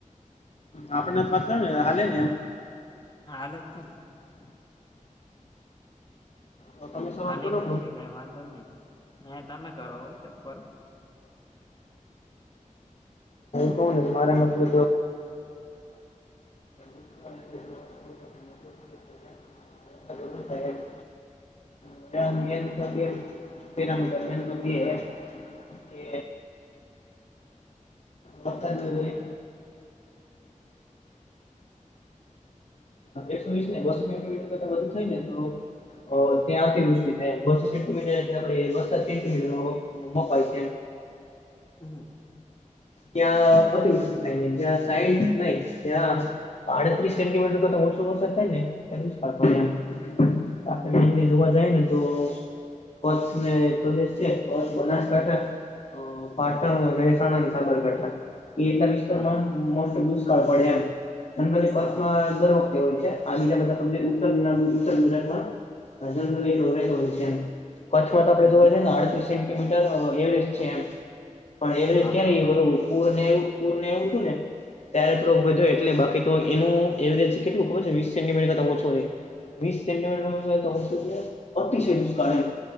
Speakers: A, on the left; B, on the left.
A: આપણને તો માત ને હાલે ને એમ.
B: હાલે તેમ.
A: તો તમે શરૂઆત
B: હાલીને
A: કરો
B: હું છે કઈ વાંધો નહી હ તમે કરો આવું કરો.
A: તો મારા મત <unintelligible> <unintelligible> <unintelligible> મેન તો પેમીટ મેન તો હ કે પતજરી. એકસો વીસ ને બસો સેન્ટીમીટર કરતા બધું થાય ને તો. ત્યાં અતીવૃષ્ટ થાય બ સેન્ટીમીટર આપ બ સેમીટર. બોમો પાડશે છે એમ.
B: હમ
A: ત અતિવૃષ સાઈ ન ત અડત્રીસ જેથી સેટ ઓછો વરસાદ થાય ને એ જ પડે એમ. આપણે જોવા જાય ને તો. કચ્છ ને પ્રદેશ છે કચ્છ બનાસકાંઠા.
B: હા
A: પાટણ મહેસાણા અને સાબરકાંઠા એ એટલા વિસ્તારમા
B: હા
A: મોસ્ટ ઓ પડ
B: હા
A: દર વખતે હોય છે આ બીજા બધા સમ ઉત્ ઉત્તર ગુજરાતમા અજ ડોરે છે. કચ્છમાં તો આપણે
B: હા
A: જોવા જઈએ ને આડત્રીસ સેન્ટીમીટર એવરેજ છે, એમ પણ એવરેજ
B: હા
A: ક્યારે
B: હા
A: એ બધુ પૂર ને એવું પૂર ને એવું થુ, ને ત્યારે થોડોક વધો એટલે બાકી તો એનુ એવરેજ કેટલુંબર વીસ સેન્ટીમીટરતા ઓછો. વીસ સેન્ટીમીટર તો અતિ દિવસ કા